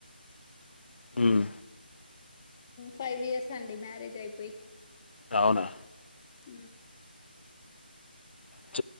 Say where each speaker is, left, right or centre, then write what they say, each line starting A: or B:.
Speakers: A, on the left; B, on the left.
A: మ్మ్
B: ఫైవ్ ఇయర్స్ అండి మ్యారేజ్ అయిపోయి
A: అవునా
B: హ
A: చె